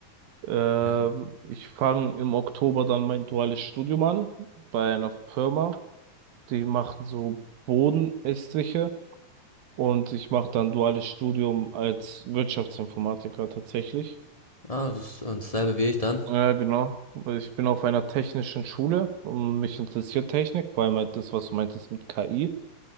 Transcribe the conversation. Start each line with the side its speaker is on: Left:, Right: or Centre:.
Right: Ähm,
Left: Ja.
Right: ich fange im Oktober dann mein duales Studium an bei einer Firma. Die machen so Bodenestriche und ich mache dann duales Studium als Wirtschaftsinformatiker tatsächlich.
Left: Ah, das ist äh, dasselbe wie ich dann.
Right: Ja, genau. Weil Ich bin auf einer technischen Schule und mich interessiert Technik, vor allem halt das, was du meintest mit KI.